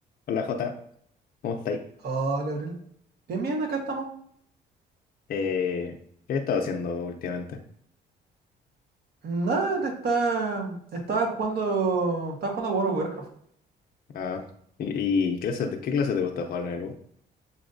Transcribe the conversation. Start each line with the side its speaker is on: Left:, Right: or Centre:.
Left: Hola Jota, ¿cómo estáis?
Right: Hola, Abril. Bien, bien, acá estamos.
Left: Eh, ¿qué he estado haciendo últimamente?
Right: Nada, te está, estaba jugando, estaba jugando a World of Warcraft.
Left: Ah, ¿y, y qué clase, qué clase te gusta jugar en el U?